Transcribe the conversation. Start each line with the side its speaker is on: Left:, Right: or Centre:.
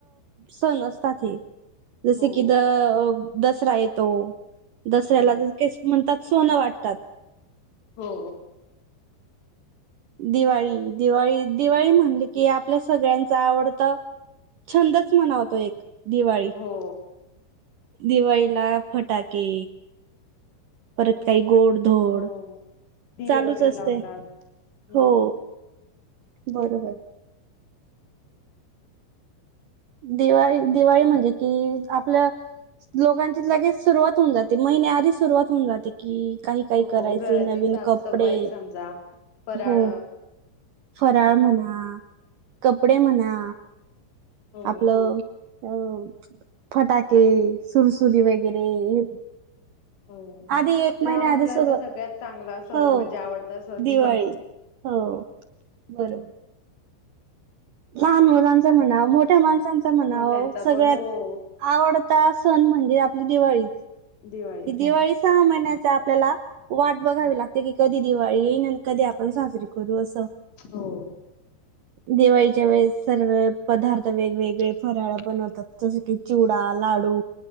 Right: सण असतात हे. जसे
Left: हो
Right: कि द दसरा येतो दसऱ्याला
Left: हा
Right: जस म्हणतात. सोनं वाटतात.
Left: हो.
Right: दिवाळी दिवाळी दिवाळी म्हणली की, आपल्या सगळ्यांच आवडत. छंदच मनवतो एक दिवाळी.
Left: हो.
Right: दिवाळीला फटाके परत काही गोड. ोड
Left: हो दिवे
Right: चालूच
Left: वगैरे
Right: असते
Left: लावतात हम्म
Right: हो. बरोबर. दिवाळी दिवाळी म्हणजे कि आपल्या. लोकांची लगेच सुरुवात होऊन जाते, महिने आधी सुरुवात होऊन जाते. कि काही काही
Left: हो
Right: करायचे
Left: घराची
Right: नवीन
Left: साफसफाई
Right: कपडे
Left: समजा फराळ
Right: हो. फराळ
Left: चालून
Right: म्हणा
Left: जात
Right: कपडे म्हणा
Left: हो
Right: आपलं. अ फटाके सुरसुरी वगैरे हे.
Left: हो
Right: आधी एक महिने्या
Left: लहान
Right: आधी
Left: मुलांचा
Right: सुरवात
Left: सगळ्यात चांगला सण
Right: हो
Left: म्हणजे आवडता सण
Right: दिवाळी. हो. बरोबर. लहान मुलांचा म्हणावं. मोठ्या माणसांचा म्हणावं
Left: मोठ्यांचा
Right: सगळ्यात
Left: पण हो
Right: आवडता सण म्हणजे, आपली दिवाळी.
Left: दिवाळीच
Right: ह दिवाळी सहा महिन्याचा आपल्याला वाट बघावी लागते. की कधी दिवाळी येईन, आणि कधी आपण साजरीे करू अस.
Left: हो.
Right: दिवायची वेळेस सर्व पदार्थ वेगवेगळे फराळ बनवतात, जसे की चिवडा, लाडू.